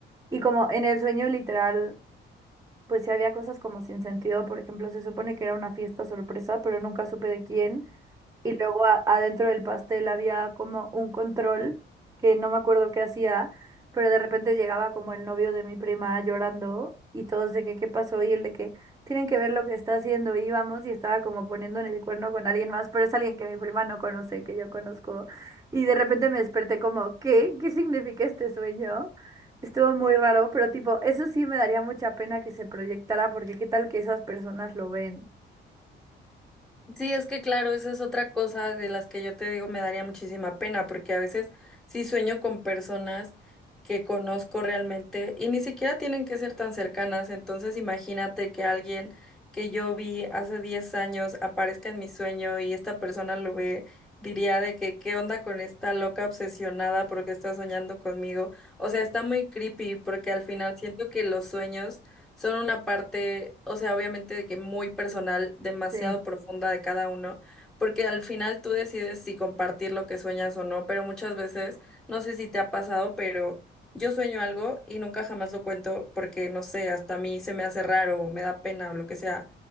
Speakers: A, on the right; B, in the centre.
A: Y como en el sueño literal, pues sí había cosas como sin sentido. Por ejemplo, se supone que era una fiesta sorpresa, pero nunca supe de quién. Y luego a- adentro del pastel había como un control que no me acuerdo qué hacía, pero de repente llegaba como el novio de mi prima llorando y todos de que qué pasó y el de que tienen que ver lo que está haciendo. Y íbamos y estaba como poniendo en el cuerno con alguien más, pero es alguien que mi prima no conoce, que yo conozco. Y de repente me desperté como, ¿qué? ¿Qué significa este sueño? Estuvo muy raro, pero tipo, eso sí me daría mucha pena que se proyectara porque qué tal que esas personas lo ven.
B: Sí, es que claro, esa es otra cosa de las que yo te digo me daría muchísima pena, porque a veces sí sueño con personas que conozco realmente y ni siquiera tienen que ser tan cercanas, entonces imagínate que alguien que yo vi hace 10 años aparezca en mi sueño y esta persona lo ve, diría de que qué onda con esta loca obsesionada porque está soñando conmigo. O sea, está muy creepy porque al final siento que los sueños son una parte, o sea, obviamente de que muy personal, demasiado
A: Sí.
B: profunda de cada uno, porque al final tú decides si compartir lo que sueñas o no, pero muchas veces, no sé si te ha pasado, pero yo sueño algo y nunca jamás lo cuento porque, no sé, hasta a mí se me hace raro o me da pena o lo que sea.